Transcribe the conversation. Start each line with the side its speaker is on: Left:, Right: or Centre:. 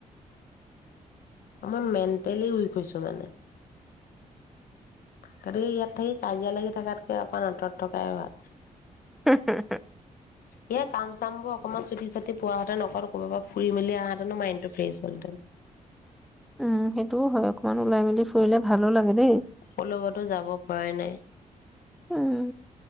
Left: মই মেণ্টেলি উইক হৈছো মানে গতিকে ইয়াত থাকি কাজিয়া লাগি থকাতকৈ অকণ আতৰত থকাই ভাল।
Centre: হো-হো-হো।
Left: এ কাম চাম বোৰ অকমান চুটি ছাটি পোৱাহঁতে নক ক'ৰব পৰা ফুৰি মেলি আহহেঁতেনো মাইণ্ড ফ্ৰছ হ'লহঁতেন
Centre: উম সেইটোওঁ হয় অকমান ওলাই মেলি ফুৰিলে ভালো লাগে দেই
Left: কলৈকতো যাব পৰাই নাই
Centre: উম